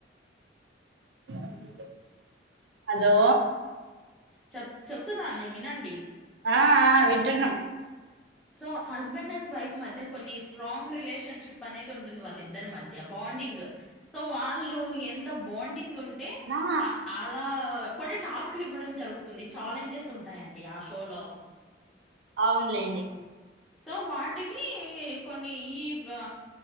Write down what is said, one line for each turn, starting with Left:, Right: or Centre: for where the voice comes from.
Right: అ <unintelligible> హలో
Centre: చెప్ చెప్తున్నా న వినండి
Right: ఆ ఆ వింటున్నాం
Centre: సో హస్బెండ్ అండ్ వైఫ్ మధ్య కొన్ని స్ట్రాంగ్ రిలేషన్షిప్ అనేది ఉంటుంది వాళ్ళిద్దరి మ థ్య బాండింగ్ సో వాళ్ళు ఎంత బాండింగ్ ఉంటే
Right: ఆ
Centre: అ అలా కొన్ని టాస్క్లు ఇవ్వడం జరుగుతుంది ఛాలెంజెస్ ఉంటాయండి ఆ షోలో
Right: అవునులేండి
Centre: సో వాటిని కొన్ని ఈ వా